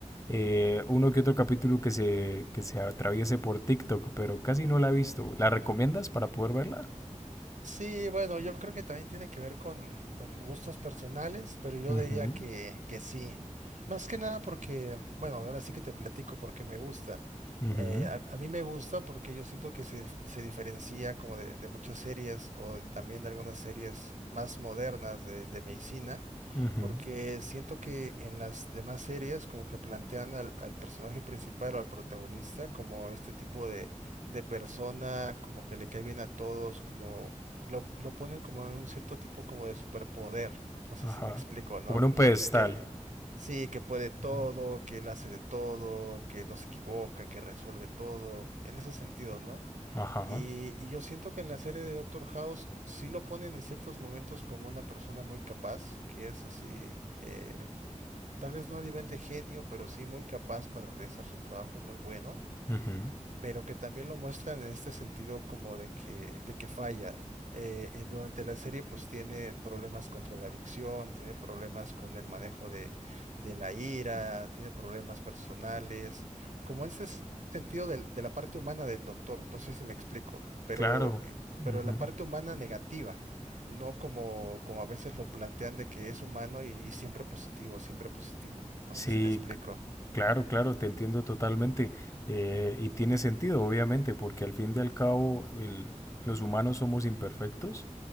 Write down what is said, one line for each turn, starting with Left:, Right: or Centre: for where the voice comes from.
Left: eh, uno que otro capítulo que se, que se atraviese por TikTok, pero casi no la he visto. ¿La recomiendas para poder verla?
Right: Sí, bueno, yo creo que también tiene que ver con, con gustos personales, pero yo
Left: Ujú,
Right: diría que, que sí. Más que nada porque, bueno, ahora sí que te platico porque me gusta.
Left: ujú,
Right: Eh, a, a mí me gusta porque yo siento que se, se diferencia como de, de muchas series o también de algunas series más modernas de, de medicina,
Left: ujú,
Right: porque siento que en las demás series como que plantean al, al personaje principal o al protagonista como este tipo de persona, como que le cae bien a todos, como lo, lo ponen como en un cierto tipo como de superpoder. No sé
Left: Ajá.
Right: si me explico, ¿no?
Left: Como en un pedestal.
Right: De que sí, que puede todo,
Left: Ajá.
Right: que él hace de todo, que no se equivoca, que resuelve todo, en ese sentido, ¿no?
Left: Ajá.
Right: Y, y yo siento que en la serie de Doctor House sí lo ponen en ciertos momentos como una persona muy capaz, que es así, eh, tal vez no a nivel de genio, pero sí muy capaz para realizar su trabajo muy bueno
Left: ujú.
Right: pero que también lo muestran en este sentido como de que, de que falla. Eh, en- durante la serie pues tiene problemas con drogadicción, tiene problemas con el manejo de, de la ira, tiene problemas personales, como ese s- sentido del- de, la parte humana del doctor, no sé si me explico, pero,
Left: Claro.
Right: eh,
Left: ujú.
Right: pero la parte humana negativa. No como, como a veces lo plantean de que es humano y, y siempre positivo, siempre positivo. No
Left: Sí,
Right: sé si me explico.
Left: Claro, claro, te entiendo totalmente. eh, y tiene sentido, obviamente, porque al fin y al cabo el- los humanos somos imperfectos